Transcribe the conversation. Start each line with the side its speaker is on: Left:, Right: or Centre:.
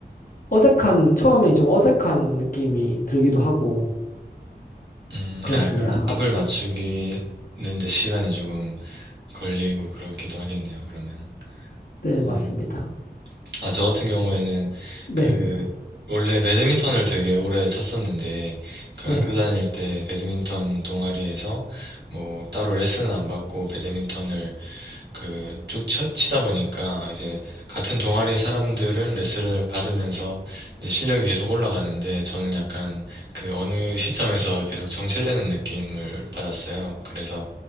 Left: 어색한, 처음에 좀 어색한 느낌이 들기도 하고,
Right: 음,
Left: 그렇습니다.
Right: 아, 약간 합을 맞추기는데 시간이 조금 걸리고 그렇기도 하겠네요, 그러면.
Left: 네,
Right: 음,
Left: 맞습니다.
Right: 아, 저 같은 경우에는
Left: 네,
Right: 그, 원래 배드민턴을 되게 오래 쳤었는데, 그
Left: 네.
Right: 학교 다닐 때 배드민턴 동아리에서 뭐 따로 레슨은 안 받고 배드민턴을 그 쭉 치다 보니까 이제 같은 동아리 사람들은 레슨을 받으면서 이제 실력이 계속 올라가는데 저는 약간 그 어느 시점에서 계속 정체되는 느낌을 받았어요. 그래서